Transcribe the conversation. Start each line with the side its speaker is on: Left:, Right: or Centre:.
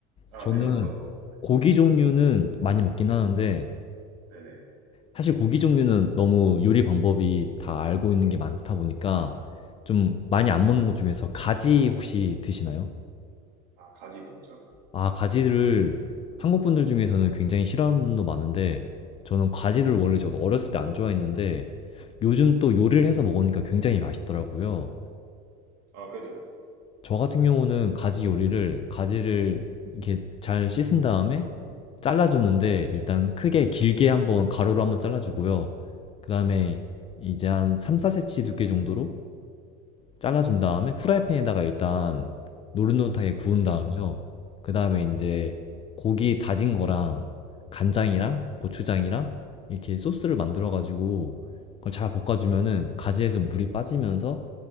Right: 아,
Left: 저는
Right: 네. 어떤 거 많이
Left: 고기
Right: 드시죠?
Left: 종류는 많이 먹긴 하는데
Right: 네네.
Left: 사실 고기 종류는 너무 요리 방법이 다 알고 있는 게 많다 보니까 좀 많이 안 먹는 것 중에서 가지 혹시 드시나요?
Right: 아, 가지 먹죠?
Left: 아, 가지를 한국 분들 중에서는 굉장히 싫어하는 분도 많은데 저는 가지를 원래 저도 어렸을 때 안 좋아했는데 요즘 또 요리를 해서 먹으니까 굉장히 맛있더라고요.
Right: 아, 그죠.
Left: 저 같은 경우는 가지 요리를 가지를 이렇게 잘 씻은 다음에 잘라주는데 일단 크게 길게 한번 가로로 한번 잘라주고요. 그 다음에
Right: 네.
Left: 이제 한 3, 4cm 두께 정도로 잘라준 다음에 후라이팬에다가 일단 노릇노릇하게 구운
Right: 아,
Left: 다음에요.
Right: 네.
Left: 그 다음에 이제 고기 다진 거랑 간장이랑 고추장이랑 이렇게 소스를 만들어가지고 그걸 잘 볶아주면은 가지에서 물이 빠지면서